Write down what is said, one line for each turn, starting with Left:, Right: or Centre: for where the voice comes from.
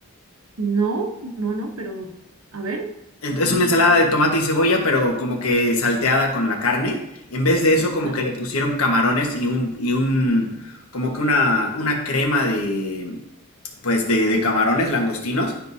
Right: No, no, no, pero a ver.
Left: en-
Right: Sí,
Left: Es una ensalada
Right: sí.
Left: de tomate y cebolla, pero como que salteada con la carne. En vez de eso,
Right: Ya.
Left: como que le pusieron camarones y un, y un, como que una, una crema de, pues de, de camarones langostinos